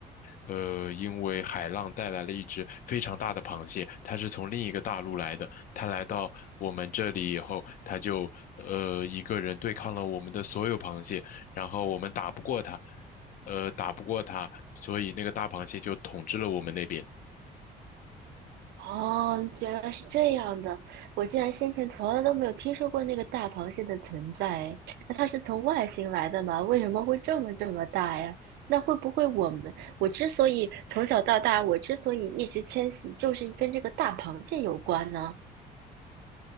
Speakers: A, on the left (about 55°); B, on the right (about 75°).
A: 呃，因为海浪带来了一只非常大的螃蟹，它是从另一个大陆来的。它来到我们这里以后，它就呃一个人对抗了我们的所有螃蟹，然后我们打不过它，呃，打不过它，所以那个大螃蟹就统治了我们那边。
B: 哦，原来是这样的，我竟然先前从来都没有听说过那个大螃蟹的存在。那它是从外星来的吗？为什么会这么这么大呀？那会不会我们，我之所以从小到大，我之所以一直迁徙，就是跟这个大螃蟹有关呢？